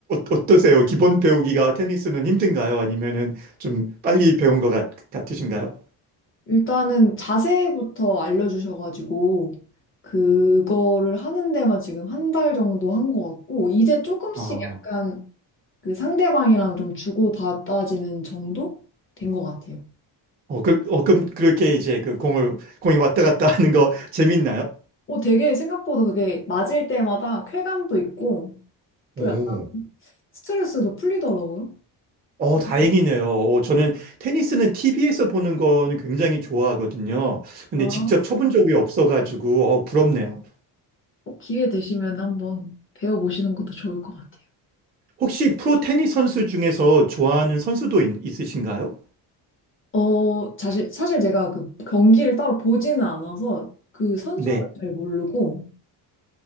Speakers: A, on the right; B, on the left.
A: 어, 떠세요 기본 배우기가 테니스는 힘든가요? 아니면은 좀 빨리 배운 것 같, 같으신가요?
B: 일단은 자세부터 알려주셔가지고, 그거를 하는 데만 지금 한 달 정도 한 것 같고, 이제 조금씩
A: 아,
B: 약간 그 상대방이랑 좀 주고받아지는 정도 된 것 같아요.
A: 어, 그, 럼 그렇게 이제 그 공을 공이 왔다 갔다 하는 거 재밌나요?
B: 어, 되게 생각보다 그게 맞을 때마다 쾌감도 있고, 또
A: 오.
B: 약간 스트레스도 풀리더라고요.
A: 어,
B: 재밌-
A: 다행이네요. 어, 저는 테니스는 TV에서 보는 거는 굉장히 좋아하거든요. 근데
B: 아,
A: 직접 쳐본 적이 없어가지고, 어, 부럽네요.
B: 꼭 기회 되시면 한번 배워보시는 것도 좋을 것 같아요.
A: 혹시 프로 테니스 선수 중에서 좋아하는 선수도 있, 있으신가요?
B: 어, 사실, 사실 제가 그 경기를 따로 보지는 않아서 그 선수는
A: 네.
B: 잘 모르고